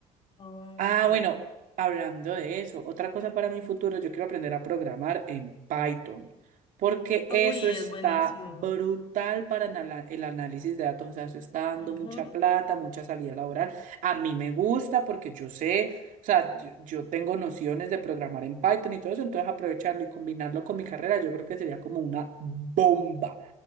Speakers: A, on the left; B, on the right.
A: Ok.
B: Ah, bueno, hablando de eso, otra cosa para mi futuro, yo quiero aprender a programar en Python, porque
A: Uy,
B: eso está
A: es buenísimo.
B: brutal para anala- el análisis de datos, o sea, eso está dando
A: Ujú.
B: mucha plata, mucha salida laboral. A mí me gusta porque yo sé, o sea, yo, yo tengo nociones de programar en Python y todo eso, entonces aprovecharlo y combinarlo con mi carrera, yo creo que sería como una bomba.